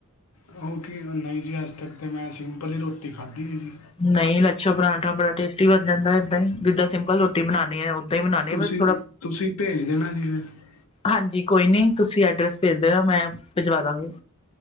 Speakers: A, on the left (about 80°); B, on the left (about 25°).
A: ਉਹ ਕੀ ਨਹੀਂ ਜੀ ਅੱਜ ਤੱਕ ਤਾਂ ਮੈਂ ਸਿੰਪਲ ਹੀ ਰੋਟੀ ਖਾਧੀ ਹੈ ਜੀ।
B: ਨਹੀਂ ਲੱਛਾ ਪਰਾਂਠਾ ਬੜਾ ਟੇਸਟੀ ਬਣ ਜਾਂਦਾ ਏਦਾਂ ਹੀ ਜਿੱਦਾਂ ਸਿੰਪਲ ਰੋਟੀ ਬਣਾਉਣੀ ਹੈ ਓਦਾਂ ਹੀ ਬਣਾਉਣੀ
A: ਤੁਸੀਂ
B: ਆ ਬਸ ਥੋੜਾ
A: ਤੁਸੀਂ ਭੇਜ ਦੇਣਾ ਜੀ ਫਿਰ
B: ਹਾਂਜੀ ਕੋਈ ਨੀ, ਤੁਸੀਂ ਐਡਰੈਸ ਭੇਜ ਦੇਣਾ ਮੈਂ ਭੇਜਵਾ ਦਾਂਗੀ।